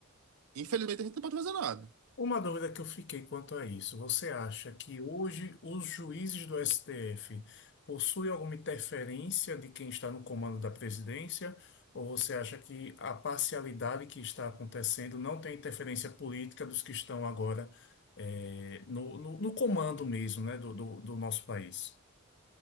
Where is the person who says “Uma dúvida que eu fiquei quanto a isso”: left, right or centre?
Left